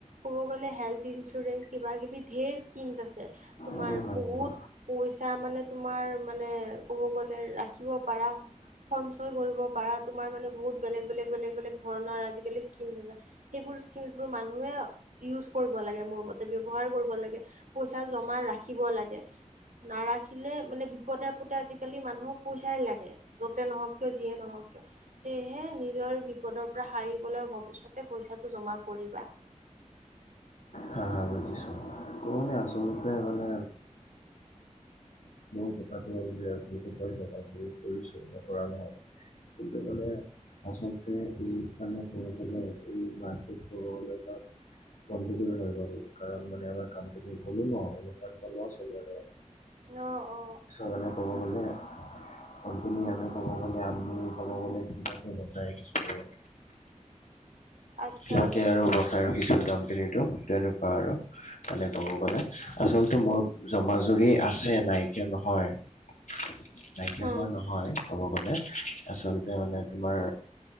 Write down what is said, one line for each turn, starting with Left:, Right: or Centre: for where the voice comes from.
Right: ক'ব গলে হেল্থ- ইঞ্চুৰেঞ্চ কিবা কিবি ধেৰ স্কিমছ আছে, তোমাৰ
Left: হয় হয়
Right: বহুত-
Left: হা
Right: পইচা মানে তোমাৰ মানে ক'ব গলে ৰাখিব পাৰা- সঞ্চয় কৰিব পাৰা তোমাৰ মানে বহুত বেলেগ বেলেগ বেলেগ বেলেগ ধৰণৰ আজিকালি স্কিম আছে। সেইবোৰ স্কিমবোৰ মানুহে ইয়োজ কৰি- লাগে মোৰ মতে, ব্যৱহাৰ কৰিব লাগে, পইচা জমা ৰাখিব লাগে। নাৰাখিলে মানে বিপদে আপদে আজিকালি মানুহক পইচাই লাগে। য'তে নহওক কিয়, যিয়ে নহওক কিয়। সেয়েহে নিজৰ বিপদৰ পৰা সাৰিবলৈ ভৱিষ্যতে পইচাটো জমা কৰিবা।
Left: হা হা বুজিছো। মানে আচলতে মানে, মোৰ কথাটো হ'ল যে আচলো ভয় থক আচ কৰিছে নকৰা নহয় <unintelligible> কিন্ত মানে আচলতে এই, মানে কব গলে এই মাহটোত কব গলে বা, গন্দগুল হৈ গ'ল। কাৰণ মানে আমাৰ কোম্পানী গ'লো ন, এনেকুৱা এনে লছ হ'ল হ'লে।
Right: ন অ।
Left: চাবলে ক'ব গ'লে, কম্পানী আমি কব গলে আমি কব গলে কিবাকে বচাই ৰাখিছো আৰু।
Right: আচ্ছা
Left: কিবাকে
Right: আচ্ছা
Left: আৰু বচাই- ৰাখিছো কোম্পানীটো তেনেকুৱা আৰু। তেনে কব গ'লে, আচলতে মোৰ জমা জুৰি আছে নাইকিয়া নহয়। ভাগ্য
Right: উম
Left: হোৱা নহয় ক'ব গ'লে, আচলতে মানে, তোমাৰ